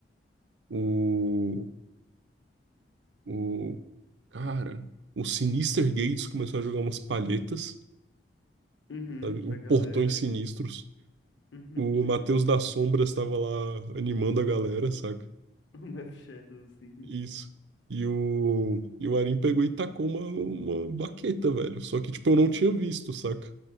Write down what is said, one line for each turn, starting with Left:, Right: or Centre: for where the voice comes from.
Right: o, o cara, o Sinister Gates começou a jogar umas palhetas,
Left: Uhum,
Right: sabe?
Left: pra
Right: O Portões
Left: galera.
Right: Sinistros.
Left: Uhum.
Right: O
Left: <laughs>
Right: Matheus da Sombra estava lá animando a galera, saca?
Left: O Meph Shadow, sim.
Right: Isso. E o, e o Arim pegou e tacou uma, uma baqueta, velho. Só que, tipo, eu não tinha visto, saca?